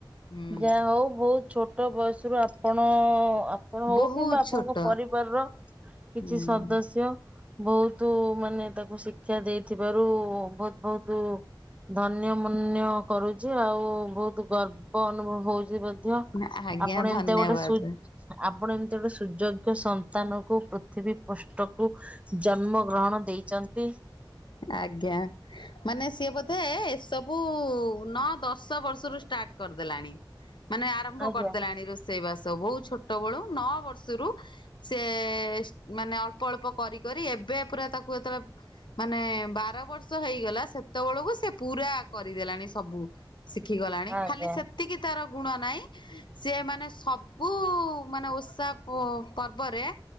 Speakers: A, on the left; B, on the right.
A: ହୁଁ
B: ଯାହା ହଉ ବହୁତ ଛୋଟ ବୟସରୁୁ ଆପଣ କଣ ହଉ
A: ବହୁତ
B: କିମ୍ବା ଆପଣଙ୍କ
A: ଛୋଟ
B: ପରିବାର ର କିଛି
A: ହୁଁ।
B: ସଦସ୍ୟ ବହୁତୁ ମାନେ ତାକୁ ଶିକ୍ଷା ଦେଇଥିବାରୁ ବହୁତ ବହୁତୁ ଧନ୍ୟ ମନ୍ୟ କରୁଛି ଆଉ ବହୁତ ଗର୍ବ ଅନୁଭବ ହଉଛି ଧ୍ୟ
A: ଆଜ୍ଞା
B: ଆପଣ
A: ଧନ୍ୟବାଦ
B: ଏମିତି ଗୋଟେ ସୁ ଆପଣ ଏମିତି ଗୋଟେ ସୁଯୋଗ୍ୟ ସନ୍ ସ୍ଥାନକୁ ପୃଥିବୀ ପୃଷ୍ଠକୁ ଜନ୍ମ ଗ୍ରହଣ ଦେଇଛନ୍ତି।
A: ଆଜ୍ଞା। ମାନେ ସିଏ ବୋଧେ ଏସବୁ ନଅ ଦଶ ବର୍ଷରୁ ଷ୍ଟାର୍ଟ କରିଦେଲାଣି। ମାନେ ଆରମ୍ଭ
B: ଆଜ୍ଞା
A: କରିଦେଲାଣି ରୋଷେଇ ବାସ ବହୁଉ ଛୋଟ ବେଳୁ ନଅ ବର୍ଷରୁ ସେ ମାନେ ଅଳ୍ପ ଅଳ୍ପ କରି କରି ଏବେ ପୁରା ତାକୁ ଯେତେବେଳେ ମାନେ ବାର ବର୍ଷ ହେଇଗଲା ସେତେବେଳକୁ ସେ ପୁରା କରିଦେଲାଣି ସବୁ। ଶିଖିଗଲାଣି
B: ଆଜ୍ଞା
A: ଖାଲି ସେତିକି ତାର ଗୁଣ ନାହିଁ ସିଏ ମାନେ ସବୁ ମାନେ ଉଷା ପୁ ପର୍ବରେ